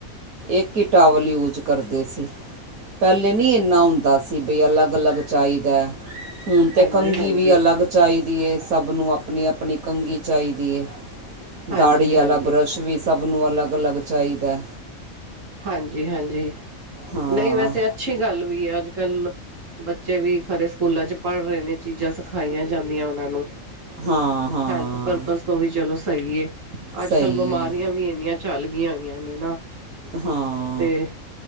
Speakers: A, on the right; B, on the right.
A: ਇਕ ਈ ਟਾਵਲ ਯੂਜ ਕਰਦੇ ਸੀ। ਪਹਿਲੇ ਨੀ ਏਨਾ ਹੁੰਦਾ ਸੀ ਬਈ ਅਲੱਗ-ਅਲੱਗ ਚਾਹੀਦਾ ਹੁਣ ਤੇ
B: ਹਾਂਜੀ
A: ਕੰਘੀ
B: ਹਾਂਜੀ
A: ਵੀ ਅਲੱਗ ਚਾਹੀਦੀ ਏ ਸਭ ਨੂੰ ਆਪਣੀ ਆਪਣੀ ਕੰਘੀ ਚਾਹੀਦੀ ਏ।
B: ਹਾਂਜੀ
A: ਦਾੜੀ
B: ਹਾਂਜੀ
A: ਆਲਾ ਬਰੱਸ਼ ਵੀ ਸਭ ਨੂੰ ਅਲੱਗ-ਅਲੱਗ ਚਾਹੀਦਾ।
B: ਹਾਂਜੀ-ਹਾਂਜੀ,
A: ਹਾਂ
B: ਨ‌ਈ ਵੈਸੇ ਅੱਛੀ ਗੱਲ ਵੀ ਐ ਅੱਜ-ਕੱਲ। ਬੱਚੇ ਵੀ ਖਰੇ ਸਕੂਲਾਂ ਚ ਪੜ ਰਹੇ ਨੇ ਚੀਜ਼ਾਂ ਸਿਖਾਈਆਂ ਜਾਂਦੀਆਂ ਓਨਾਂ ਨੂੰ।
A: ਹਾਂ ਹਾਂ
B: ਹੈਲਥ ਪਰਪਜ਼ ਤੋਂ ਵੀ ਚਲੋ ਸਹੀ ਏ ਅੱਜ-ਕੱਲ
A: ਸਹੀ
B: ਬਿਮਾਰੀਆਂ
A: ਹੈ
B: ਵੀ ਏਨੀਆਂ ਚੱਲ ਗਈਆਂ ਹੋਈਆਂ ਨੇ ਨਾ।
A: ਹਾਂ।
B: ਤੇ